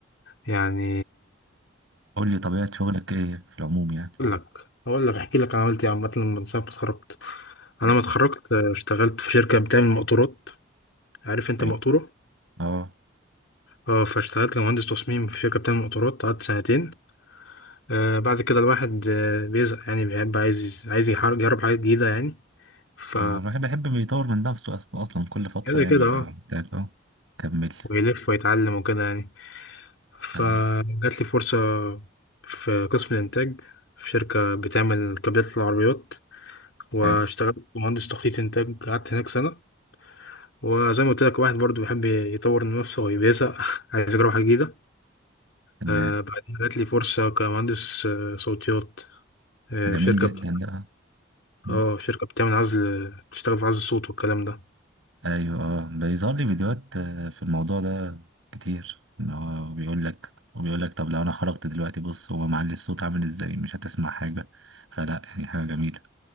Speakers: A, on the left (about 70°); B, on the right (about 80°).
A: يعني
B: قول لي طبيعه شغلك ايه في العموم يعني
A: اقول لك اقول لك احكي لك انا عملت ايه عامه من ساعه ما اتخرجت انا
B: احكي
A: ما اتخرجت آه، اشتغلت في شركه بتعمل مقطورات عارف انت
B: طيب.
A: مقطوره
B: اه
A: اه فاشتغلت كمهندس تصميم في شركه بتعمل مقطورات قعدت سنتين آه بعد كده الواحد آه بيزهق يعني بيحب عايز عايز يحار- يجرب حاجات جديده يعني ف
B: هو الواحد بيحب يطور من نفسه أصلا أصلا كل فترة
A: كده
B: يعني
A: كده
B: بيبقى
A: اه
B: بتاعت أه كمل
A: ويلف ويتعلم وكده يعني فجات
B: تمام
A: لي فرصه في قسم الانتاج في شركه بتعمل كابلات العربيات واشتغلت
B: حلو
A: مهندس تخطيط انتاج قعدت هناك سنه وزي ما قلت لك واحد برضو بيحب يطور من نفسه ويبيسع <laughs> عايز يجرب حاجة جديدة
B: تمام
A: آه بعدين جات لي فرصة كمهندس آه صوتيات آه
B: جميل
A: شركة
B: جدا
A: بت...
B: ده آه. م.
A: اه شركة بتعمل عزل بتشتغل في عزل الصوت والكلام ده
B: أيوه أه بيظهر لي فيديوهات آه، في الموضوع ده كتير إن هو بيقول لك وبيقول لك طب لو أنا خرجت دلوقتي بص هو معلي الصوت عامل إزاي مش هتسمع حاجة فلا يعني حاجة جميلة